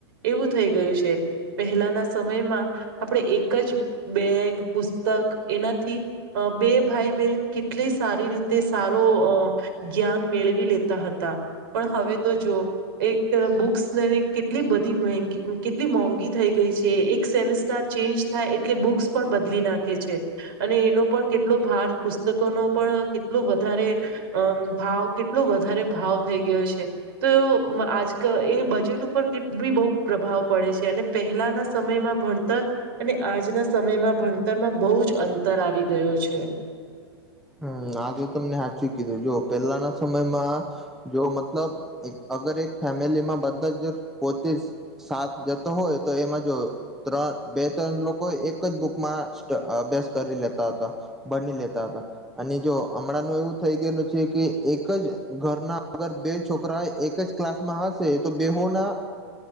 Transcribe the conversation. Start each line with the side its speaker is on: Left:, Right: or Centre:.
Right: એવું થઈ ગયું છે. પહેલાના સમયમાં આપણે એક જ બેગ, પુસ્તક એનાથી અ બે ભાઈ બહેન કેટલી સારી રીતે સારો અ જ્ઞાન મેળવી લેતા હતા પણ હવે તો જો એક બુક્સ ને કેટલી બધી મેહગી કેટલી મોંઘી થઈ ગઈ છે. એક સેમસ્ટ સેમેસ્ટર ચેન્જ થાય એટલે બુક્સ પણ બદલી નાખે છે. અને એનો પણ કેટલો ભાર પુસ્તકોનો પણ કેટલો વધારે અમ ભાવ કેટલો વધારે ભાવ થઈ ગયો છે. તો એ આજકલ એ બજેટ ઉપર કે ટ્રીપ બી બો પ્રભાવ પડે છે અને પહેલાના સમયમાં ભણતર અને આજના સમયમાં ભણતરમાં બો જ અંતર આવી ગયો છે.
Centre: હમમ આ તો તમને હાચું કીધું જો પેલાના સમયમાં જો મતલબ અગર એક ફેમિલીમાં બધા જો પોતે જ સાથ જતો હોય તો એમાં જો ત્રણ બે ત્રણ લોકો એક જ બુકમાં સ અભ્યાસ કરી લેતા હતા. ભણી લેતા હતા. અને જો હમણાં નું એવું થઈ ગયેલું છે કે એક જ ઘરના અગર બે છોકરાય એક જ ક્લાસમાં હશે તો બેહુ ના